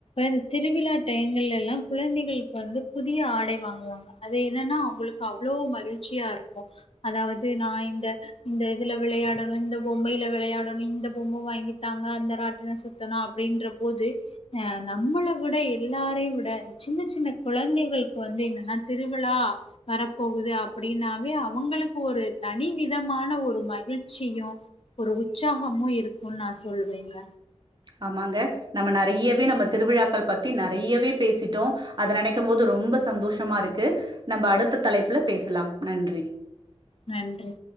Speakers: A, on the left; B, on the right.
A: இந்த திருவிழா டயங்கள்லலா குழந்தைகளுக்கு வந்து புதிய ஆடை வாங்குவாங்க அது என்னன்னா அவங்களுக்கு அவ்ளோ மகிழ்ச்சியா இருக்கோ அதாவது நா இந்த இந்த இதுல விளையாடணும் இந்த பொம்மையில விளையாடணும் இந்த பொம்ம வாங்கித்தாங்க அந்த ராட்டின சுத்தணும் அப்டின்ற போது அஹ் நம்மள விட எல்லாரையு விட அ சின்ன சின்ன குழந்தைகளுக்கு வந்து என்னன்னா திருவிழா வரப்போகுது அப்படின்னாவே அவங்களுக்கு ஒரு தனி விதமான ஒரு மகிழ்ச்சியும் ஒரு உற்சாகமும் இருக்கும்ன்னு நான் சொல்வேங்க
B: ஆமாங்க நம்ம நறையவே நம்ம திருவிழாக்கள் பத்தி நறையவே பேசிட்டோ அத நெனைக்கும் போது ரொம்ப சந்தோஷமா இருக்கு நம்ம அடுத்த தலைப்புல பேசலாம் நன்றி
A: நன்றி